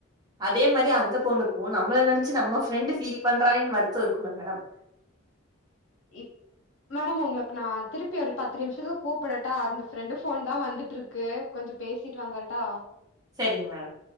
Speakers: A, on the right; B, on the left.
A: அதே மாரி அந்த பொண்ணுக்கு நம்மள நெனைச்சு நம்ம ஃப்ரெண்டு் ஃபீல் பண்றாலேனு வருத்தோ இருக்குல்ல மேடம்
B: இப் மேடம் உங்களுக்கு நா திருப்பி ஒரு பத்து நிமிஷத்துல கூப்பிடட்டா அந்த ஃப்ரெண்டு ஃபோன் தா வந்துட்டு இருக்கு கொஞ் ரு பேசிட்டு வந்தரட்டா
A: செரிங் மேடம்